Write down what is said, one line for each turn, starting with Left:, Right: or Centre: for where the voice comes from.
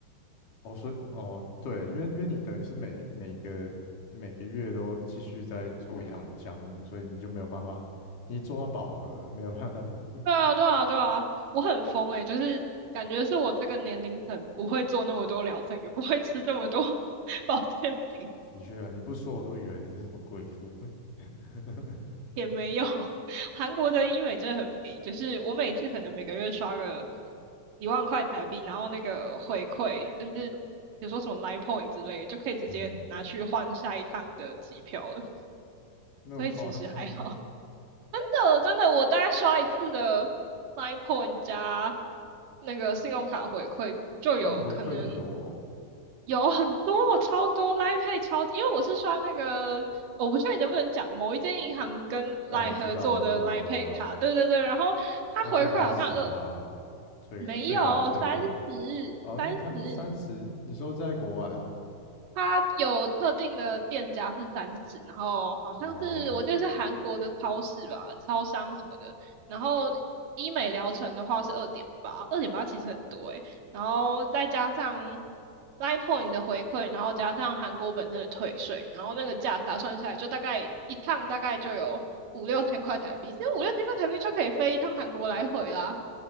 Left: 哦，所以哦，对，因为因为你等于是每每个每个月都继续在做一样的项目，所以你就没有办法，你做到饱和了没有办法再补了。
Right: 对啊，对啊，对啊，我很疯诶、就是感觉是我这个年龄层不会做那么多疗程，也不会吃这么多 <laughs> 保健品，
Left: 的确啊，你不说我都以为你是什么贵妇。<laughs>
Right: 也没有。<laughs> 韩国的医美真的很便宜，就是我每次可能每个月刷个一万块台币，然后那个回馈就是比如说什么 Line Point 之类的，就可以直接拿去换下一趟的机票了，
Left: 嗯，那么夸张，
Right: 所以其实还好。<laughs> 真的，真的，我大概刷一次的 Line Point 加那个信用卡回馈，就有可能。
Left: 他的回馈那么多，
Right: 有很多，超多 l i Pay 超，因为我是刷那个，我不确定能不能讲某一间银行跟
Left: 哦，
Right: Line
Left: 我知道，
Right: 合作的
Left: 我知道，
Right: l i
Left: 我知道，
Right: Pay 卡，对对对，然后它回馈好像呃
Left: 他最高十趴，最最高特定。
Right: 没有三十
Left: 哦，
Right: 三十三十
Left: 你他你三十，你说在国外哦？
Right: 它有特定的店家是三十，然后好像是我记得是韩国的超市吧，
Left: 哦，
Right: 超商什么的。然后医美疗程的话是二点八，二点八其实很多诶、然后再加上 Line Point 的回馈，然后加上韩国本身的退税，然后那个价差算下来，就大概一趟大概就有五六千块台币。其实五六千块台币就可以飞一趟韩国来回啦。